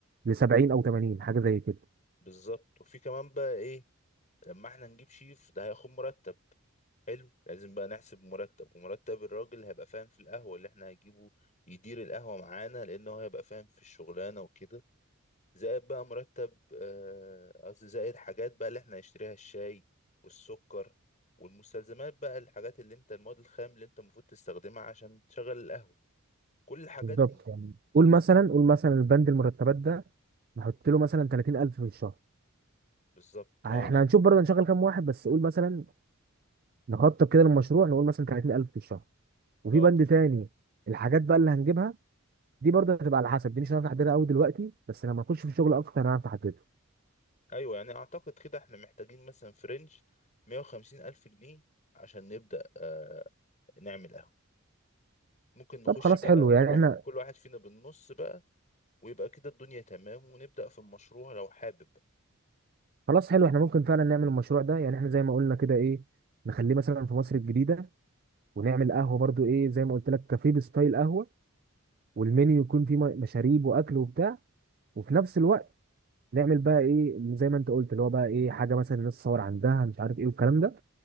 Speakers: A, on the right; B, on the left.
A: ل 70 او 80 حاجه زي كده
B: بالظبط وفي كمان بقى إيه لما إحنا نجيب شيف ده هياخد مرتب حلو لازم بقى نحسب مرتب ومرتب الراجل هيبقى فاهم في القهوة اللي إحنا هنجيبه يدير القهوة معانا لأنه هيبقى فاهم في الشغلانة وكده زائد بقى مرتب آه، قصدي زائد حاجات بقى اللي احنا هنشتريها الشاي والسكر والمستلزمات بقى الحاجات اللي انت المواد الخام اللي انت المفروض تستخدمها عشان تشغل القهوة كل الحاجات
A: بالظبط
B: دي
A: يعني قول مثلا قول مثلا البند المرتبات ده نحط له مثلا 30000 في الشهر
B: بالظبط
A: احنا
B: اه
A: هنشوف برضه هنشغل كام واحد بس قول مثلا نخطط كده للمشروع نقول مثلا 30000 في الشهر وفي
B: اه
A: بند
B: طب.
A: تاني الحاجات بقى اللي هنجيبها دي برضه هتبقى على حسب دي مش هنعرف نحددها قوي دلوقتي بس لما نخش في الشغل اكتر هنعرف نحددها
B: ايوه يعني اعتقد كده احنا محتاجين مثلا في رينج 150 الف جنيه عشان نبدأ آه، نعمل قهوة ممكن نخش
A: طب خلاص
B: بقى
A: حلو
B: كل
A: يعني
B: واحد
A: احنا
B: كل واحد فينا بالنص بقى ويبقى كده الدنيا تمام ونبدأ في المشروع لو حابب
A: خلاص حلو احنا ممكن فعلا نعمل المشروع ده يعني احنا زي ما قلنا كده ايه نخليه مثلا في مصر الجديدة ونعمل قهوة برضه ايه زي ما قلت لك كافيه بستايل قهوة والمنيو يكون فيه م- مشاريب واكل وبتاع وفي نفس الوقت نعمل بقى ايه زي ما انت قلت اللي هو بقى ايه حاجة مثلا الناس تصور عندها مش عارف ايه والكلام ده